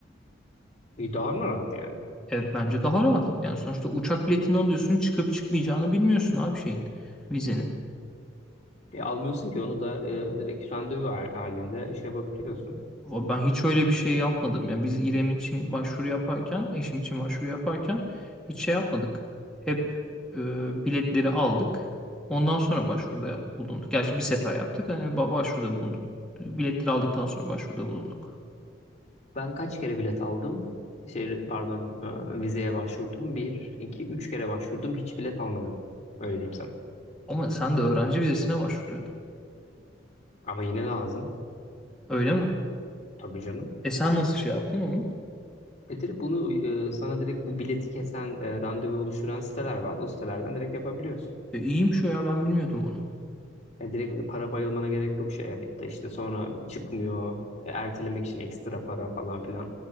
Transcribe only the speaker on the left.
bir daha mı rahat yani?
E, almıyorsun ki onu da e, direkt randevu hal- halinde şey yapabiliyorsun.
Ben kaç kere bilet aldım? Şey pardon e, vizeye başvurdum. Bir, iki, üç kere başvurdum. Hiç bilet almadım. Öyle diyeyim sana.
Ama yine lazım.
Tabii canım.
E direkt bunu e, sana direkt bu bileti kesen e, randevu oluşturan siteler var. O sitelerden direkt yapabiliyorsun.
Yani direkt para bayılmana gerek yok şey yani. Da işte sonra çıkmıyor. e, Ertelemek için ekstra para falan filan.